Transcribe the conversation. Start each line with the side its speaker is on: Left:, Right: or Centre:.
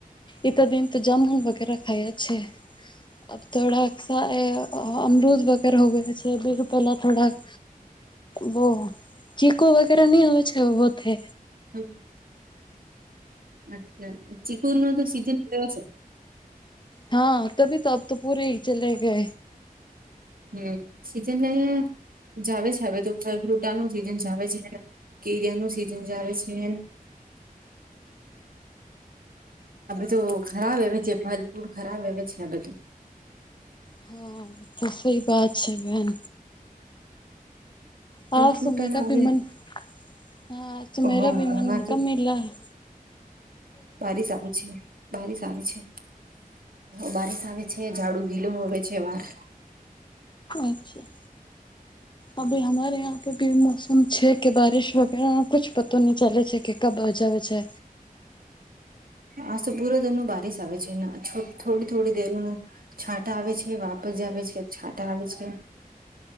Left: એત દિ તો જામુન વગેરે ખાાઈ છે. આબ થોડા સા એ અમરુદ વગેર હો ગયો છે બી પહેલા થોડા. હ બહ ચીકુ વગેરે નહી હો છે બતે
Right: હ અચ્છા ચિકુન નો તો સીઝન રહયો છે.
Left: હા તબી તોબ તો પૂરે હ ચલે ગય.
Right: હમ સીજના જાવ છે હવે તો ફલ ફ્રુટાનું સિઝન જાવ છે કેરીિયાનું સીઝન જ આવે છે એ આ બધું ખરાબ આવે છે ફલ ફ્રૂટ ખરાબ આવે છે આ બધું.
Left: હા બ તો સહી બાત છે બેન.
Right: ફલ
Left: હા
Right: ફ્રૂટ
Left: સુુંમેરા
Right: ના આવે
Left: બીમન હા સુુંમેરા
Right: અમારે
Left: બીમન કબ
Right: તો
Left: મિલા હ
Right: બારિશ આવે છે બારિશ આવે છે બારીશ આવે છે ઝાડુ ગીલું હોવે. છે વાર.
Left: અચ્છા અભ હરે પે ભી મોસમ છે કે બારિશ વ કુછ પતો નહી ચાલે છે કે કબ અજ આવે છે
Right: આ તો પૂરો દર ન બારીિસ આવે છેને થોડી થોડી દરનું છાંટા આવે છે વાપસ જ આવે છે છાંટા આવે છે